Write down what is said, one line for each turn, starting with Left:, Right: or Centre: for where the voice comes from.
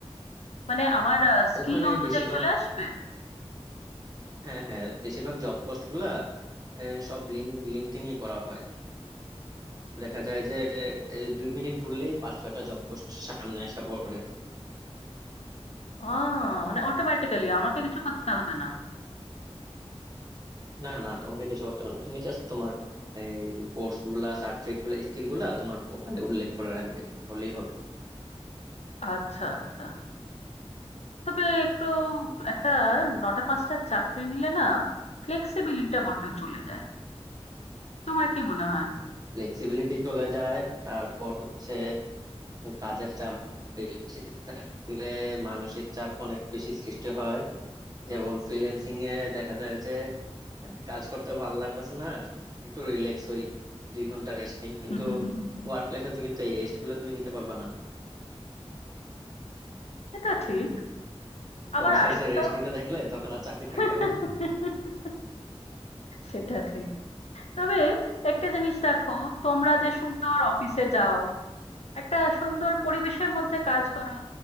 Left: মানে আমার স্কিল
Right: ওখানে
Left: অনুযায়ী
Right: বেশিরভাগ
Left: চলে আসবে
Right: হ্যাঁ হ্যাঁ বেশিরভাগ জব পোস্ট গুলা এ, সব লিঙ্ক লিঙ্কডইনই করা হয় দেখা যায় যে এ, দুই মিনিট ঘুরলেই পাঁচ ছয়টা জব পোস্ট সামনে আসা পড়ে
Left: আহ মানে অটোমেটিক্যালি আমাকে কিছু করতে হবে না
Right: না না তোমাকে কিছু করতে হবে না তুমি জাস্ট তোমার এই কোর্স গুলা সার্টিফিকেট গুলা স্কিল গুলা তোমার প্রোফাইলে উল্লেখ করে রাখবে তাহলেই হবে
Left: আচ্ছা আচ্ছা তবে একটু একটা নটা পাঁচটা চাকরি নিলে না ফ্লেক্সিবিলিটিটা বড্ড চলে যায় তোমার কি মনে হয়
Right: ফ্লেক্সিবিলিটি চলে যায় তারপর হচ্ছে কাজের চাপ বেশি থাকলে মানসিক চাপ অনেক বেশি সৃষ্টি হয় যেমন ফ্রিল্যান্সিং এ দেখা যায় যে আহ, কাজ করতে ভালো লাগতেছে না আর একটু রিল্যাক্স হই দুই ঘন্টা রেস্ট নিই
Left: <laughs>
Right: কিন্তু ওয়ার্ক লাইফে তো কিন্তু এই রেস্ট গুলো তুমি নিতে পারবে না
Left: এটা ঠিক আবার
Right: বস
Left: আরেকটা
Right: এসে রেস্ট নিতে দেখলে তখন আর চাকরি
Left: <laughs>
Right: থাকবে না
Left: সেটা ঠিক তবে একটা জিনিস দেখো তোমরা যে সুন্দর অফিসে যাও একটা সুন্দর পরিবেশের মধ্যে কাজ করো